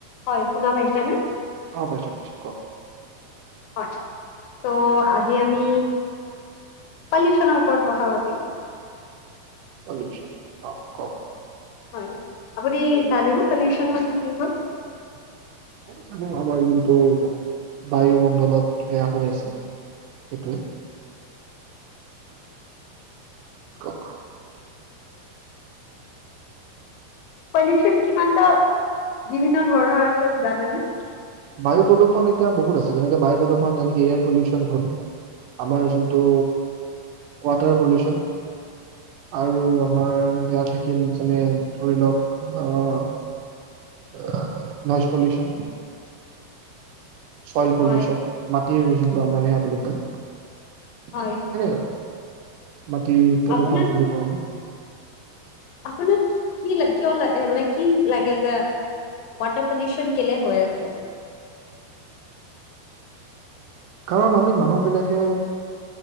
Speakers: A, on the left; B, on the right.
A: হয় শুনা পাইছে নে?
B: অ পাইছোঁ পাইছোঁ কক
A: হয় ত' আজি আমি পলিউচনৰ ওপৰত কথা পাতিম
B: পলিওচন অ কওক ।
A: হয় আপনি জানে নে পলিউচন মানে কি হয়?
B: <unintelligible> আমাৰ যোনটো বায়ুমণ্ডলত সেয়া হৈ আছে সেইটোৱে কক
A: পলিউচন কিমানটা বিভিন্ন ধৰণৰ আছে জানেনে?
B: বায়ু প্ৰদূষণ এতিয়া বহুত আছে যেনেকে বায়ু প্ৰদূষণ যেনেকে এয়াৰ পলিউচন হ'ল । আমাৰ যোনটো ৱাটাৰ পলিউচন, আৰু আমাৰ ইয়াত থাকিল যেনে ধৰি লওক আহ আ নইজ পলিউচন চইল পলিউচন
A: হয়
B: মাটিৰ ত আমাৰ সেয়া বুলি কয়
A: হয়
B: হ মাটিৰ প্ৰদূষণ
A: আপোনাক
B: যোনটো কম
A: আপোনাক কি-কি কিয় ল মানে কিয় লাগে যে ৱাটাৰ পলিউচন কেলে হৈ আছে?
B: কাৰণ আমি মানুহবিলাকে,